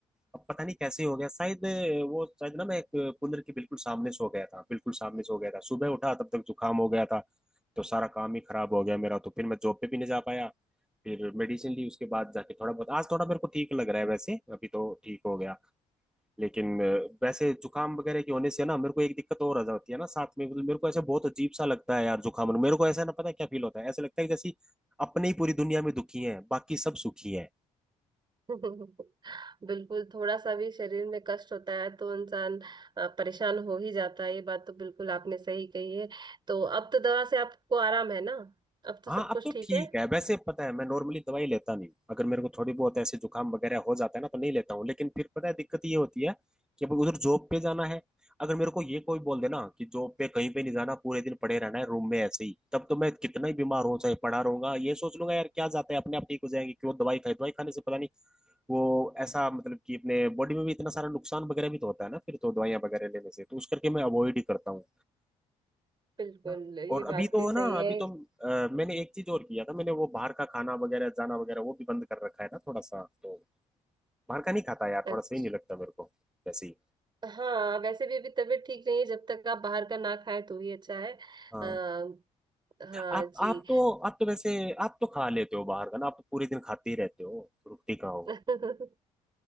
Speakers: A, in the centre; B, on the right (about 35°).
A: अब पता नहीं कैसे हो गया शायद अ, वो शायद ना मैं एक कूलर के बिल्कुल सामने सो गया था बिल्कुल सामने सो गया था सुबह उठा तब तक जुकाम हो गया था तो सारा काम ही खराब हो गया मेरा तो फिर मैं जॉब पे भी नहीं जा पाया फिर मेडिसिन ली उसके बाद जाके थोड़ा बहुत आज थोड़ा मेरे को ठीक लग रहा है वैसे अभी तो ठीक हो गया लेकिन अ, वैसे जुकाम वगैरह के होने से ना मेरे को एक दिक्कत और आ जाती है ना साथ में मतलब मेरे को ऐसा बहुत अजीब सा लगता है यार जुकाम मेरे को ऐसा ना पता क्या फील होता है ऐसा लगता है कि जैसे अपने ही पूरी दुनिया में दुखी हैं बाकी सब सुखी हैं
B: <laughs> बिल्कुल थोड़ा सा भी शरीर में कष्ट होता है तो इंसान अ, परेशान हो ही जाता है ये बात तो बिल्कुल आपने सही कही है तो अब तो दवा से आपको आराम है ना अब तो
A: हाँ
B: सब
A: अब
B: कुछ
A: तो
B: ठीक
A: ठीक
B: है
A: है वैसे पता है मैं नॉर्मली दवाई लेता नहीं हूँ अगर मेरे को थोड़ी बहुत ऐसे जुकाम वगैरह हो जाता है ना तो नहीं लेता हूँ लेकिन फिर पता है दिक्कत ये होती है कि अब उधर जॉब पे जाना है अगर मेरे को ये कोई बोल दे ना कि जॉब पे कहीं पे नहीं जाना पूरे दिन पड़े रहना है रूम में ऐसे ही तब तो मैं कितना ही बीमार हो चाहे पड़ा रहूंगा ये सोच लूंगा यार क्या जाता है अपने आप ठीक हो जाएंगे क्यों दवाई खाई दवाई खाने से पता नहीं वो ऐसा मतलब कि अपने बॉडी में भी इतना सारा नुकसान वगैरह भी तो होता है ना फिर तो दवाइयाँ वगैरह लेने से तो उस करके मैं अवॉइड ही करता हूँ
B: बिल्कुल
A: ना
B: ये
A: और अभी
B: बात
A: तो
B: भी सही
A: ना
B: है
A: अभी तो अ, मैंने एक चीज और किया था मैंने वो बाहर का खाना वगैरह जाना वगैरह वो भी बंद कर रखा है ना थोड़ा सा तो बाहर का नहीं खाता यार
B: अच्छा
A: थोड़ा सही नहीं लगता मेरे को वैसे ही
B: हाँ वैसे भी अभी तबीयत ठीक नहीं है जब तक आप बाहर का ना खाएं तो ही अच्छा है
A: हाँ
B: आ, हाँ
A: आप
B: जी
A: आप तो आप तो वैसे आप तो खा लेते हो बाहर का ना आप तो पूरे दिन खाते ही रहते हो रुकती का हो
B: <laughs>